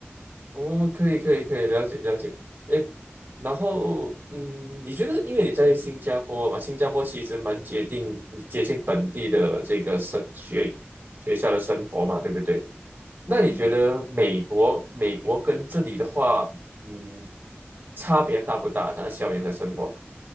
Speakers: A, on the right; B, on the left.
A: 哦，可以可以可以，了解了解。
B: 嗯
A: 诶，然后嗯，你觉得因为你在新加坡嘛，新加坡其实蛮接近接近本地的这个生学学校的生活嘛，对不对？那你觉得美国美国跟这里的话，
B: 嗯，嗯
A: 嗯，差别大不大？它校园的生活？